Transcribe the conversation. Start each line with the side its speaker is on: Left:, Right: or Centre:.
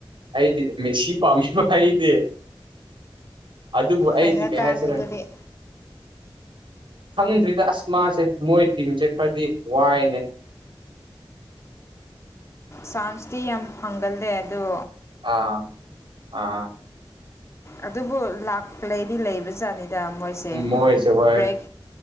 Right: ꯑꯩꯗꯤ ꯃꯦꯁꯤ ꯄꯥꯝꯃꯤꯕ ꯑꯩꯩꯗꯤ ꯑꯗꯨꯕꯨ ꯑꯩꯗꯤ
Left: ꯐꯥꯏꯅꯦꯜ ꯀꯥꯅꯤ
Right: ꯀꯩ ꯍꯥꯏꯁꯤꯔꯥ
Left: ꯑꯗꯨꯗꯤ
Right: ꯈꯪꯗ꯭ꯔꯤꯗ ꯑꯁ ꯃꯥꯥꯁꯦ ꯃꯣꯏ ꯇꯤꯝꯁꯦ ꯈꯔꯗꯤ ꯋꯥꯏꯅꯦ
Left: ꯆꯥꯟꯁꯇꯤ ꯌꯥꯝ ꯐꯪꯒꯜꯂꯦ ꯑꯗꯣ
Right: ꯑꯥ ꯑꯥ
Left: ꯑꯗꯨꯕꯨ ꯂꯥꯛꯂꯗꯤ ꯂꯩꯕꯖꯥꯠꯅꯤꯗ ꯃꯣꯏꯁꯦ
Right: ꯎꯝ ꯃꯣꯏꯁꯦ ꯍꯣꯏ
Left: ꯕ꯭ꯔꯦꯛ